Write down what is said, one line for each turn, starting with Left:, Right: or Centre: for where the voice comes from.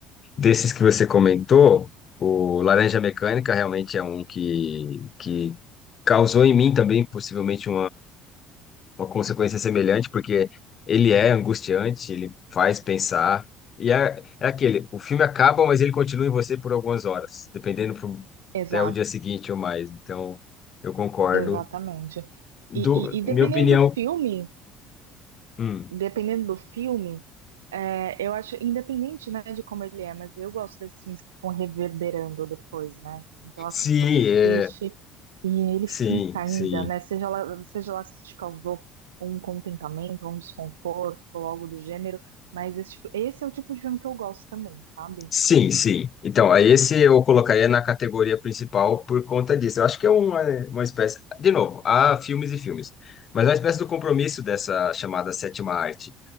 Left: Desses que você comentou, o Laranja Mecânica realmente é um que, que causou em mim também, possivelmente, uma consequência semelhante, porque ele é angustiante, ele faz pensar. E é, é aquele, o filme acaba, mas ele continua em você por algumas horas, dependendo pro,
Right: Exato,
Left: até o dia seguinte ou mais. Então, eu concordo.
Right: exatamente. E,
Left: Do,
Right: e, e
Left: minha
Right: dependendo
Left: opinião,
Right: do filme.
Left: hum,
Right: dependendo do filme, é, eu acho, independente, né, de como ele é, mas eu gosto desses filmes que ficam reverberando depois, né? Então, assim,
Left: sim,
Right: que você assiste
Left: é,
Right: e ele
Left: sim,
Right: fica ainda,
Left: sim.
Right: né? Seja lá, seja lá se te causou um contentamento, um desconforto, ou algo do gênero, mas esse, tipo- esse é o tipo de filme que eu gosto também, sabe?
Left: Sim, sim. Então, aí esse eu colocaria na categoria principal por conta disso. Eu acho que é uma, uma espécie, de novo, há filmes e filmes, mas é uma espécie do compromisso dessa chamada sétima arte.